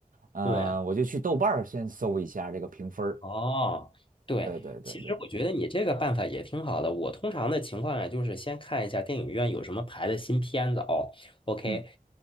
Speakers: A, on the right (about 65°); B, on the left (about 35°).
A: 呃，
B: 对，
A: 我就去豆瓣儿先搜一下这个评分儿。
B: 哦，对，
A: 对对对对，
B: 其实我觉得你这个办法也挺好的。我通常的情况呀，就是先看一下电影院有什么排的新片子哦，OK，
A: 嗯。